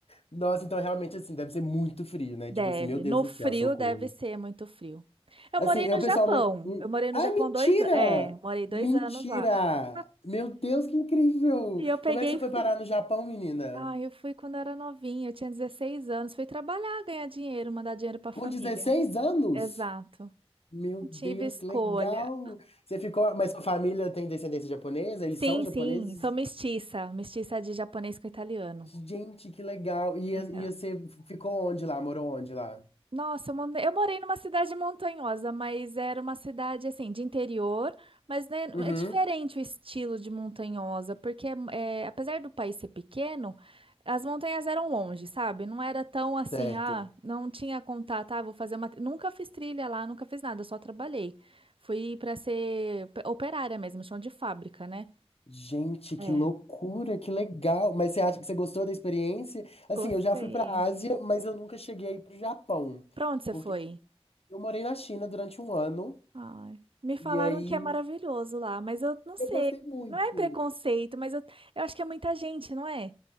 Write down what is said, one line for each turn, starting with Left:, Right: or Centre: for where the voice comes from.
Left: Nossa, então realmente assim, deve ser muito frio, né?
Right: Deve.
Left: Tipo assim, meu Deus
Right: No
Left: do
Right: frio
Left: céu, socorro.
Right: deve ser muito frio. Eu
Left: Assim,
Right: morei
Left: eu
Right: no
Left: pessoalmente.
Right: Japão.
Left: hum,
Right: Eu morei no
Left: Ai,
Right: Japão
Left: mentira!
Right: dois anos. É, morei dois
Left: Mentira!
Right: anos lá. <laughs>
Left: Meu Deus, que incrível!
Right: E eu peguei
Left: Como é que você
Right: frio.
Left: foi parar no Japão, menina?
Right: Ah, eu fui quando eu era novinha, eu tinha 16 anos. Fui trabalhar, ganhar dinheiro, mandar dinheiro pra família.
Left: Com 16 anos?
Right: Exato.
Left: Meu
Right: Não
Left: Deus,
Right: tive escolha.
Left: que legal! Você ficou. Mas sua família tem descendência japonesa? Eles
Right: Sim,
Left: são japoneses?
Right: sim, sou mestiça. Mestiça de japonês com italiano.
Left: Gente, que legal! E,
Right: Então,
Left: e você ficou onde lá? Morou onde lá?
Right: Nossa, eu mandei- eu morei numa cidade montanhosa, mas era uma cidade assim de interior, mas né,
Left: Uhum,
Right: é diferente o estilo de montanhosa, porque é, apesar do país ser pequeno, as montanhas eram longe, sabe? Não era tão assim,
Left: certo.
Right: ah, não tinha contato, ah, vou fazer uma. Nunca fiz trilha lá, nunca fiz nada, só trabalhei. Fui para ser pe- operária mesmo, chão de fábrica, né?
Left: Gente, que
Right: É,
Left: loucura, que legal. Mas você acha que você gostou da experiência?
Right: gostei.
Left: Assim, eu já fui para a Ásia, mas eu nunca cheguei para o Japão,
Right: Pra onde você
Left: porque
Right: foi?
Left: eu morei na China durante um ano
Right: Ai, me falaram
Left: e aí
Right: que é maravilhoso lá, mas eu não sei.
Left: eu gostei muito.
Right: Não é preconceito, mas eu, eu acho que é muita gente, não é?